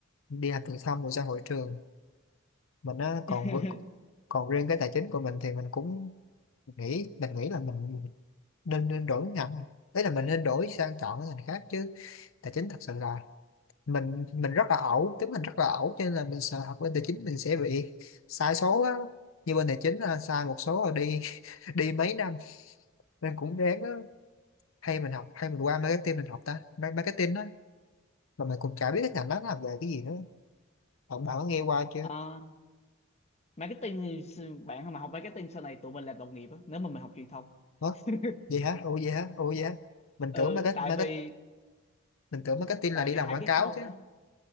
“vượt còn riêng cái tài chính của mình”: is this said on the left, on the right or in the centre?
Left